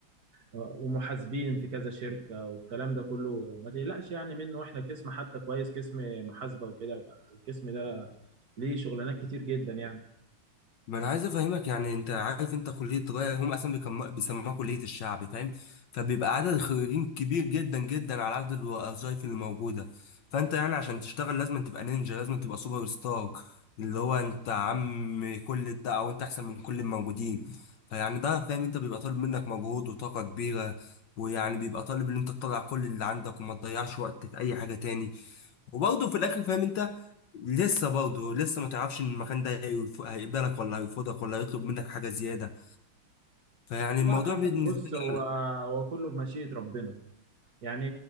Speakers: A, on the right (about 50°); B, on the left (about 65°).
A: آه، ومحاسبين في كذا شركة والكلام ده كله ما تقلقش يعني منه واحنا قسم حتى كويس قسم محاسبة وكده القسم ده ليه شغلانات كتير جدا يعني
B: ما انا عايز افهمك يعني انت عارف انت كليه تجاره هم اصلا بيكم- بيسموها كليه الشعب فاهم فبيبقى عدد الخريجين كبير جدا جدا على عدد الوظائف اللي موجوده فانت يعني عشان تشتغل لازم تبقى نينجا لازم تبقى سوبر ستار اللي هو انت عم كل ده او انت احسن من كل الموجودين فيعني ده فاهم انت بيبقى طالب منك مجهود وطاقه كبيره ويعني بيبقى طالب ان انت تطلع كل اللي عندك وما تضيعش وقت في اي حاجه تاني وبرضه في الاخر فاهم انت لسه برضه لسه ما تعرفش ان المكان ده هيف- هيقبلك ولا هيرفضك ولا هيطلب منك حاجه زياده فيعني
A: لا
B: الموضوع
A: حسن
B: بالنسبه
A: بص
B: لي
A: هو
B: قلق
A: هو كله بمشيئة ربنا يعني